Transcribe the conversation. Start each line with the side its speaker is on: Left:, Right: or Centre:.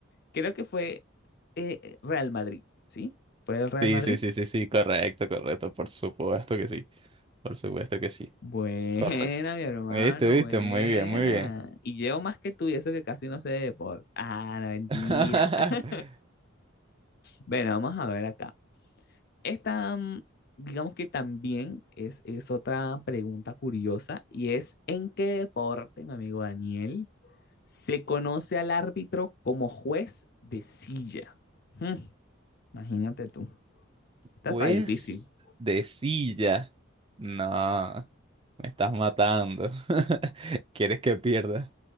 Left: Creo que fue eh, Real Madrid, ¿sí? Fue el Real
Right: Sí,
Left: Madrid.
Right: sí, sí, sí, sí, correcto, correcto, por supuesto que sí, por supuesto que sí,
Left: Buena,
Right: correcto.
Left: mi hermano,
Right: Viste, viste,
Left: buena.
Right: muy bien, muy bien.
Left: Y llevo más que tú y eso que casi no sé de deporte. Ah, la mentira.
Right: <laughs>
Left: <laughs> Bueno, vamos a ver acá. Esta, mm, digamos que también es, es otra pregunta curiosa y es, ¿en qué deporte, mi amigo Daniel, se conoce al árbitro como juez de silla? Hmm, imagínate tú. Esta
Right: Pues
Left: está difícil.
Right: de silla. No, me estás matando. <laughs> ¿Quieres que pierda?